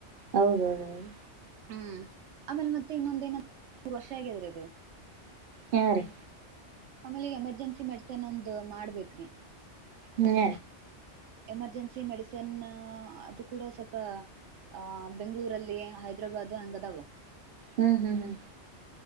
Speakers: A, on the right (about 55°); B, on the right (about 75°).
A: ಹೌದೌದೌದು
B: ಹ್ಮ್ ಆಮೇಲೆ ಮತ್ತೆ ಇನ್ನೊಂದ ನ ಮೂರು ವರ್ಷ ಆಗ್ಯಾದ್ರಿ ಅದು
A: ಹಾ ರೀ
B: ಆಮೇಲೆಗ ಎಮರ್ಜೆನ್ಸಿ ಮೆಡಿಸನ್ ಒಂದ್ ಮಾಡ್ಬೇಕ್ರಿ
A: ಹ್ಮ್
B: ಎಮರ್ಜೆನ್ಸಿ ಮೆಡಿಸನ್ ಹಾ ಅದು ಕೂಡ ಸ್ವಲ್ಪ ಅಹ ಬೆಂಗ್ಗಳೂರಲ್ಲಿ ಹೈದ್ರಾಬಾದ್ ಹಂಗದಾವ
A: ಹ್ಮ್ ಹ್ಮ್ ಹ್ಮ್